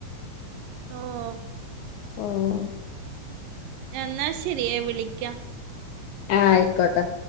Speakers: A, on the right; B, on the left.
A: ആഹ്
B: ഓ-
A: എന്നാ ശരിയേ വിളിക്കാം.
B: ആഹ് ആയിക്കോട്ടെ.